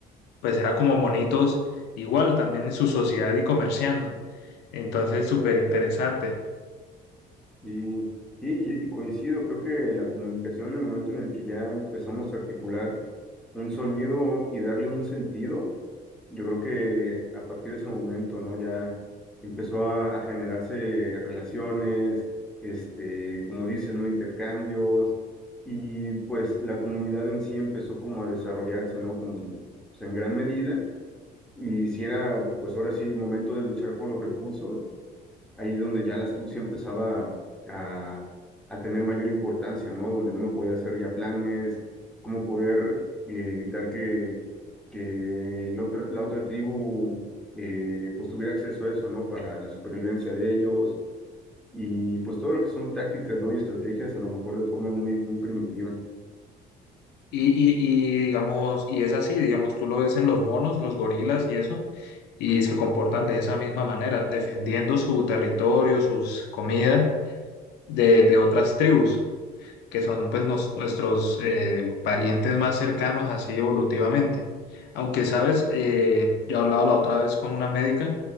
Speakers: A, on the left; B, in the centre.
A: pues era como monitos igual también en su sociedad y comerciando, entonces súper interesante.
B: Y, sí, y, y coincido, creo que la comunicación, en el momento en el que ya empezamos a articular un sonido y darle un sentido, yo creo que a partir de ese momento, ¿no? Ya empezó a, a generarse relaciones, este, como dicen, ¿no? Intercambios, y pues la comunidad en sí empezó como a desarrollarse, ¿no? Como, o sea, en gran medida y si era, pues ahora sí, momento de luchar por los recursos, ahí donde ya la astucia empezaba a, a tener mayor importancia, ¿no? Donde uno podía hacer ya planes, cómo poder eh, evitar que, que la otra, la otra tribu eh, pues tuviera acceso a eso, ¿no? Para la supervivencia de ellos y pues todo lo que son tácticas, ¿no? Y estrategias, a lo mejor de forma muy, muy primitiva.
A: Y, y, y digamos, y es así, digamos, tú lo ves en los monos, los gorilas y eso, y
B: Ujú.
A: se comportan de esa misma manera, defendiendo su territorio, sus comidas de, de otras tribus. que son pues nos- nuestros eh, parientes más cercanos así evolutivamente. Aunque, sabes, eh, yo hablaba la otra vez con una médica